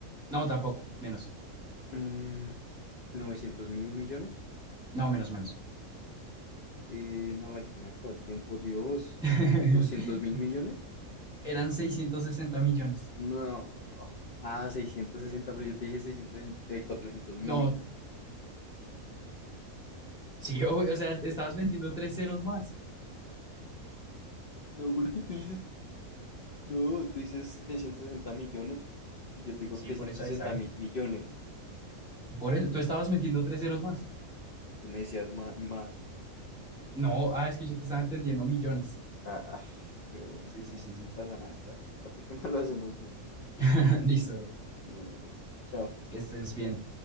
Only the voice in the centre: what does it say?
No, tampoco. Menos.
No, menos, menos.
<laughs>
Eran 660 millones.
No, sí, <laughs> obvio, o sea, estabas metiendo tres ceros más.
Sí,
por eso
ahí saben.
Por eso, tú estabas metiendo tres ceros más.
No, ah, es que yo te estaba entendiendo millones.
Sí, sí,
sí,
sí.
<laughs> Listo, bro.
que estés bien.